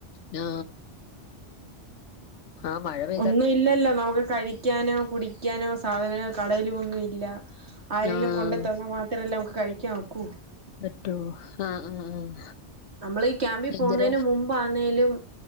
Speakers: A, on the left; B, on the right.
A: നാ ആഹ് മഴ പെ
B: ഒന്നും ഇല്ലല്ലോ നമുക്ക് കഴിക്കാനോ കുടിക്കാനോ സാധനങ്ങൾ കടയിലും ഒന്നും ഇല്ലാ ആരേലും
A: ആഹ്
B: കൊണ്ട്ത്തന്നാ മാത്രെല്ലേ നമുക്ക് കഴിക്കാൻ ഒക്കൂ
A: ന്നട്ടോ ആഹ് ആഹ് ആഹ്
B: നമ്മള് ഈ ക്യാമ്പീ
A: ഭയങ്കര
B: പോവ് ന്നെയിന് മുമ്പാന്നേലും